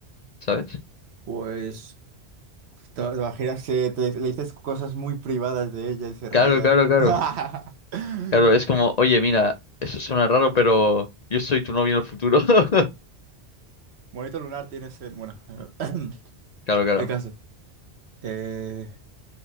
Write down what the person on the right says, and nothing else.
Pues, te, te imaginas que te- le dices cosas muy privadas de ella y se raya.
<laughs>
Monito lunar tienes en... Bueno, <coughs> <clears throat>
el caso. Eh,